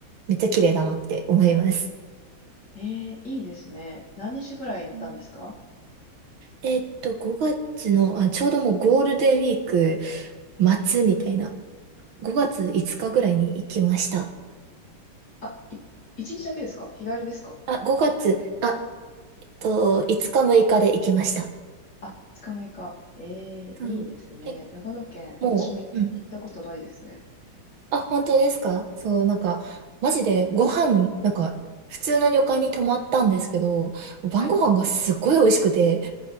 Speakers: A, on the right; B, on the left.
A: めっちゃ綺麗だなって思います。
B: ええいいですね。何日ぐらい行ったんですか
A: うんえっと、5月の、あ、ちょうどもうゴールデンウィーク末みたいな、5月5日ぐらいに行きました。
B: あ、い、一日だけですか日帰りですか
A: あ、5月、あ、と、5日6日で行きました。
B: あ、二日目か。ええいいですね。
A: うん、え、
B: 長野県、私もい行ったことないですね。
A: もう、うんあ、本当ですかそう、なんか、マジでご飯、なんか、普通の旅館に泊まったんですけど、晩ご飯がすっごい美味しくて、
B: はい。